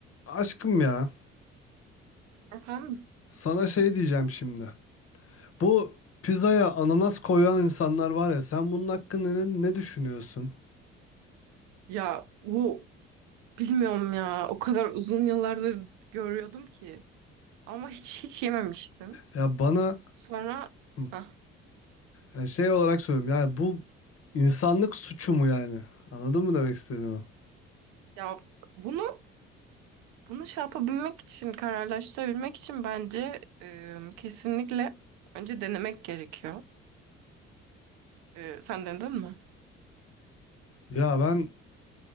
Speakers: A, on the left; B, on the right.
A: Aşkım ya,
B: Efendim?
A: sana şey diyeceğim şimdi. Bu pizzaya ananas koyan insanlar var ya, sen bunun hakkında ne, ne düşünüyorsun?
B: Ya bu bilmiyorum ya. O kadar uzun yıllardır görüyordum ki. Ama hiç hiç yememiştim.
A: Ya bana
B: Sonra
A: Hı,
B: hah,
A: ya şey olarak söylüyorum yani bu insanlık suçu mu yani? Anladın mı demek istediğimi?
B: ya bunu bunu şey yapabilmek için kararlaştırabilmek için bence e, kesinlikle önce denemek gerekiyor. E, sen denedin mi?
A: Ya ben